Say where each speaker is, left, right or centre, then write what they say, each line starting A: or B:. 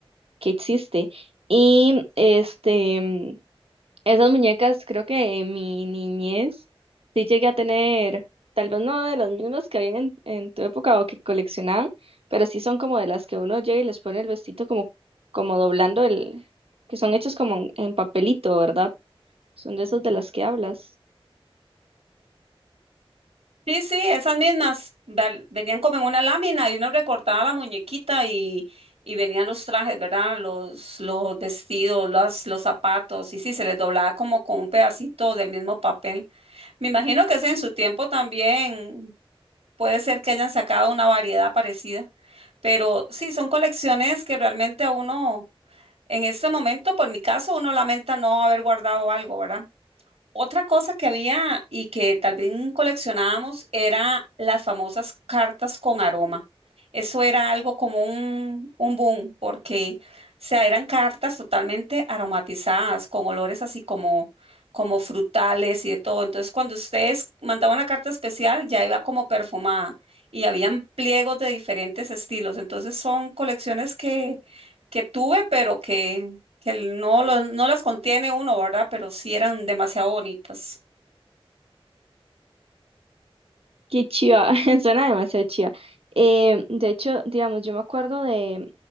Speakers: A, on the right (about 70°); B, on the right (about 90°).
A: que existe. Y este, Esas muñecas, creo que en mi niñez sí llegué a tener, tal vez no de las mismas que habían en, en tu época o que coleccionaban, pero sí son como de las que uno llega y les pone el vestido como, como doblando el, que son hechos como en, en papelito, ¿verdad? Son de esas de las que hablas.
B: Sí, sí, esas mismas val- venían como en una lámina y uno recortaba la muñequita y, y venían los trajes, ¿verdad? Los, los vestidos, los los zapatos y sí, se les doblaba como con un pedacito del mismo papel. Me imagino que ese en su tiempo también puede ser que hayan sacado una variedad parecida, pero sí, son colecciones que realmente a uno, en este momento, por mi caso, uno lamenta no haber guardado algo, ¿verdad? Otra cosa que había y que tal vez coleccionábamos era las famosas cartas con aroma. Eso era algo como un, un boom, porque o sea, eran cartas totalmente aromatizadas, con olores así como, como frutales y de todo. Entonces, cuando ustedes mandaban una carta especial, ya iba como perfumada y habían pliegos de diferentes estilos. Entonces, son colecciones que, que tuve, pero que que no, lo- no las contiene uno, ¿verdad? Pero sí eran demasiado bonitas.
A: Qué chiva, <laughs> suena demasiado chiva. Eh, de hecho, digamos, yo me acuerdo de,